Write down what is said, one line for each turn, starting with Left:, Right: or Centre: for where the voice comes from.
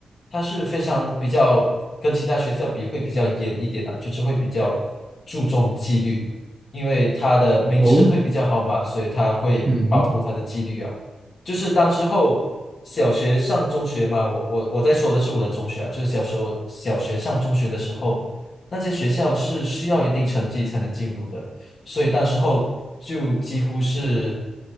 Left: 它是非常比较跟其他学校比会比较严一点啊，就是会比较注重纪律，因为它的名声会比较好嘛，
Right: 哦，
Left: 所以它会保护它的纪律啊。
Right: 嗯哼，
Left: 就是当时候小学上中学嘛，我我我在说的是我的中学啊，就是小时候小学上中学的时候，那些学校是需要一定成绩才能进入的。所以当时候就几乎是